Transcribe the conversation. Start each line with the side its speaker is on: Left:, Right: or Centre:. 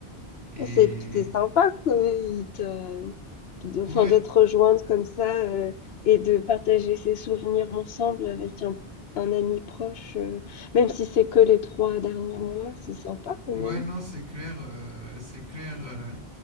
Right: Et
Left: Ah, C'est c'est sympa qu'ils te, qu'ils te- enfin,
Right: ouais,
Left: de te rejoindre comme ça euh, et de partager ses souvenirs ensemble avec un, un ami proche, euh, même si c'est que les trois derniers mois, c'est sympa quand
Right: ouais,
Left: même.
Right: non, c'est clair, euh, c'est clair, euh,